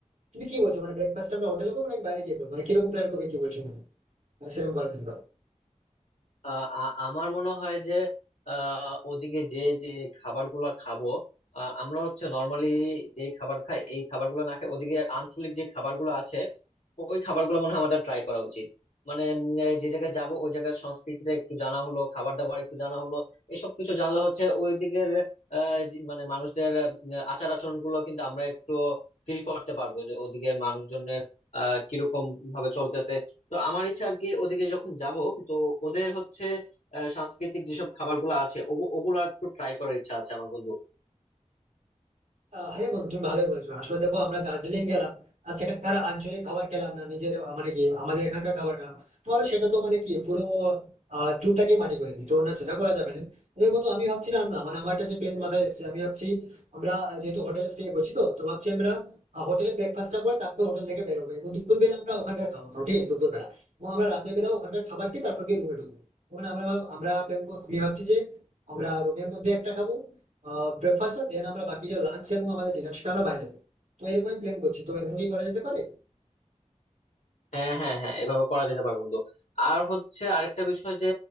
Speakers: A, on the right; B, on the left.
A: তুমি কি বলছো মানে ব্রেকফাস্ট আমরা হোটেলে করবো নাকি বাইরে গিয়ে করবো মানে কিরকম প্ল্যান করবে কি বলছো তুমি? মানে সেরকম করার জন্য
B: আহ আ- আমার মনে হয় যে আহ ওদিকে যে যে খাবারগুলো খাবো আহ, আমরা হচ্ছে নর্মালি যে খাবার খাই এই খাবারগুলো না খাই ওদিকে আঞ্চলিক যে খাবারগুলো আছে ওই খাবারগুলো মনে হয় আমাদের ট্রাই করা উচিত মানে উম, এ, যে জায়গায় যাব ওই জায়গার সংস্কৃতিটা একটু জানা হলো খাবার দাবার একটু জানা হলো এসব কিছু জানলে হচ্ছে ওই দিকের আহ, যে- মানে মানুষদের আহ, আচার আচরণ গুলো কিন্তু আমরা একটু ফিল করতে পারবো যে ওদিকে মানুষজনের আহ কিরকম ভাবে চলতেছে তো আমার ইচ্ছা আর কি ওদিকে যখন যাব তো ওদের হচ্ছে আহ, সাংস্কৃতিক যেসব খাবার গুলো আছে ওগু- ওগুলো একটু ট্রাই করার ইচ্ছা আছে আমার বন্ধু
A: আহ হ্যাঁ বন্ধু তুমি ভালোই বলছো আসলে দেখো আমরা দার্জিলিং গেলাম আর সেখানকার আঞ্চলিক খাবার খেলাম না নিজের আহ, মানে কি আমাদের এখানকার খাবার খেলাম তাহলে সেটা তো মানে কি পুরো ট্যুরটাকে মাটি করে দিই তো না সেটা করা যাবে না তবে বন্ধু আমি ভাবছিলাম না মানে আমার একটা যে প্ল্যান মাথায় এসেছে আমি ভাবছি আমরা আহ, যেহেতু হোটেলে স্টে করছি তো তো ভাবছি আমরা হোটেলে ব্রেকফাস্টটা করে তারপর হোটেল থেকে বেরোবো এবং দুপুর বেলা আমরা ওখানকার খাবার খাবো ঠিক আছে দুপুর বেলা এবং আমরা রাতের বেলা ওখানকার খাবার খেয়ে তারপর গিয়ে রুমে ঢুকবো মানে আমরা ভাব- আমরা প্ল্যান আমি ভাবছি যে আমরা রুমের মধ্যে একটা খাবো ব্রেকফাস্টটা দেন আমরা বাকি যে লাঞ্চ এবং আমাদের ডিনার সেটা আমরা বাইরে দেবো তো এরকমই প্ল্যান করছি তো এরকম কি করা যেতে পারে
B: হ্যাঁ হ্যাঁ হ্যাঁ এভাবে করা যেতে পারে বন্ধু আর হচ্ছে আরেকটা বিষয় যে